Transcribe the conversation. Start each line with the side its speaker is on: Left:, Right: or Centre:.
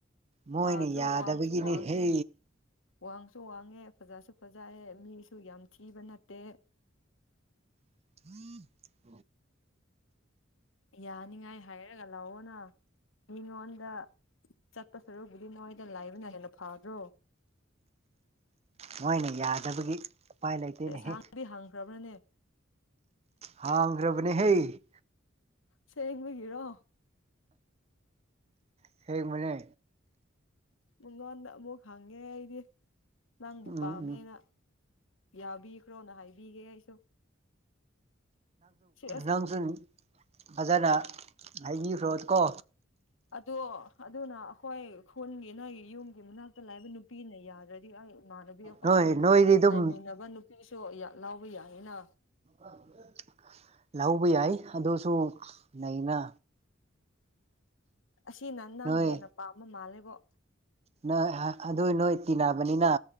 Right: ꯃꯣꯏꯅ
Left: ꯐꯥꯗ꯭ꯔꯣ
Right: ꯌꯥꯗꯕꯒꯤꯅꯤꯍꯦ꯫
Left: ꯋꯥꯡꯁꯨ ꯋꯥꯡꯉꯦ ꯋꯥꯡꯁꯨ ꯋꯥꯡꯉꯦ ꯐꯖꯁꯨ ꯐꯖꯑ ꯃꯤꯁꯨ ꯌꯥꯝ ꯊꯤꯕ ꯅꯠꯇꯦ꯫
Right: <inaudible>
Left: ꯌꯥꯅꯤꯉꯥꯏ ꯍꯥꯏꯔꯒ ꯂꯥꯛꯑꯣꯅ ꯃꯤꯉꯣꯟꯗ ꯆꯥꯠꯄꯥ ꯁꯔꯨꯛꯗꯤ ꯅꯣꯏꯗ ꯂꯥꯏꯕꯅ ꯍꯦꯟꯅ ꯐꯥꯗꯔꯣ
Right: ꯃꯣꯏꯅ ꯌꯥꯗꯕꯒꯤ ꯎꯄꯥꯏ ꯂꯩꯇꯦꯅꯦꯍꯦ
Left: ꯌꯦꯟꯁꯥꯡꯗꯤ ꯍꯪꯈ꯭ꯔꯕꯅꯦ
Right: ꯍꯥꯡꯈ꯭ꯔꯕꯅꯦ ꯍꯩ
Left: ꯁꯦꯡꯕꯒꯤꯔꯣ
Right: ꯑꯁꯦꯡꯕꯅꯦ
Left: ꯃꯤꯉꯣꯟꯗ ꯑꯃꯨꯛ ꯍꯪꯉꯦ ꯑꯩꯗꯤ ꯅꯪꯕꯨ
Right: ꯎꯝ
Left: ꯄꯥꯝꯃꯦꯅ
Right: ꯎꯝ
Left: ꯌꯥꯎꯕꯤꯈ꯭ꯔꯣꯅ ꯍꯥꯏꯕꯤꯒꯦ ꯑꯩꯁꯨ ꯁꯤ ꯑꯁ
Right: ꯅꯥꯡꯖꯟ ꯕꯖꯥꯔꯅ ꯍꯥꯏꯕꯤꯈ꯭ꯔꯣ ꯀꯣ
Left: ꯑꯗꯣ ꯑꯗꯨꯅ ꯑꯩꯈꯣꯏ ꯈꯨꯜꯒꯤ ꯅꯪꯒꯤ ꯌꯨꯝꯒꯤ ꯃꯅꯥꯛꯇ ꯂꯥꯛꯕ ꯅꯨꯄꯤꯅ ꯌꯥꯗ꯭ꯔꯗꯤ ꯑꯩ ꯏꯃꯥꯟꯅꯕꯤ ꯑꯩꯈꯣꯏ
Right: ꯅꯣꯏ
Left: ꯑꯅꯤ
Right: ꯅꯣꯏꯗꯤ ꯑꯗꯨꯝ
Left: ꯂꯩꯃꯤꯟꯅꯕ ꯅꯨꯄꯤꯁꯨ ꯂꯥꯎꯕ ꯌꯥꯅꯤꯅ
Right: ꯑ <inaudible> ꯂꯧꯕ ꯌꯥꯏ ꯑꯗꯨꯁꯨ ꯂꯩꯅ
Left: ꯑꯁꯤꯅ ꯅꯪ
Right: ꯅꯣꯏ
Left: ꯍꯦꯟꯅ ꯄꯥꯝꯕ ꯃꯥꯜꯂꯦꯕꯣ
Right: ꯅꯣꯏ ꯑꯗꯨꯏ ꯅꯣꯏ ꯇꯤꯟꯅꯕꯅꯤꯅ